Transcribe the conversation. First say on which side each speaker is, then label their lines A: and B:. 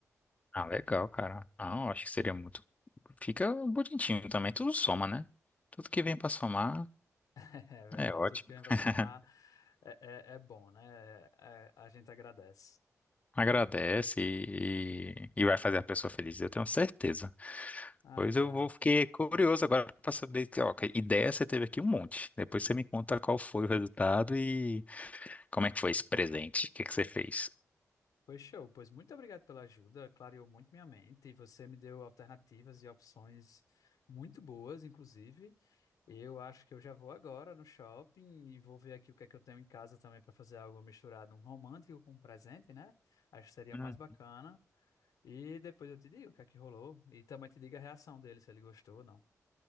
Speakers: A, on the left; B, on the left.
A: Ah, legal, cara. Não, acho que seria muito. Fica bonitinho também, tudo soma, né? Tudo que vem pra somar
B: <laughs> É verdade,
A: é ótimo.
B: tudo que vem pra
A: <laughs>
B: somar é, é, é bom, né? É- é- a gente agradece.
A: Agradece e, e vai fazer a pessoa feliz, eu tenho certeza.
B: Ai,
A: Pois
B: cara.
A: eu vou fiquei curioso agora pra saber que, ó, que ideia você teve aqui um monte. Depois você me conta qual foi o resultado e como é que foi esse presente, o que que você fez.
B: Foi show, pois muito obrigado pela ajuda, clareou muito minha mente e você me deu alternativas e opções muito boas, inclusive. Eu acho que eu já vou agora no shopping e vou ver aqui o que é que eu tenho em casa também para fazer algo misturado, um romântico com um presente, né? Acho que seria
A: Hum,
B: mais bacana. E depois eu te digo o que é que rolou e também te digo a reação dele, se ele gostou ou não.